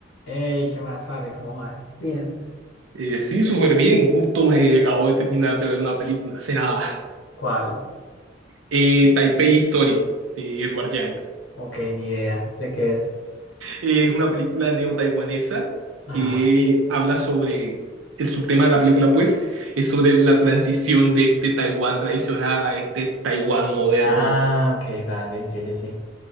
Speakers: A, on the left (about 80°); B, on the right (about 85°).
A: Hey, ¿qué más, parce? ¿Cómo vas? Bien.
B: Eh, sí, súper bien. Justo me acabo de terminar de ver una película hace nada.
A: ¿Cuál?
B: Eh, Taipei Story de Edward Yang.
A: Ok, ni idea de qué es.
B: Eh, es una película neo-taiwanesa
A: Ajá.
B: que habla sobre el subtema de la película, pues, es sobre la transición de este Taiwán tradicional a este Taiwán moderno.
A: Ah, ok, dale, sí, sí, sí.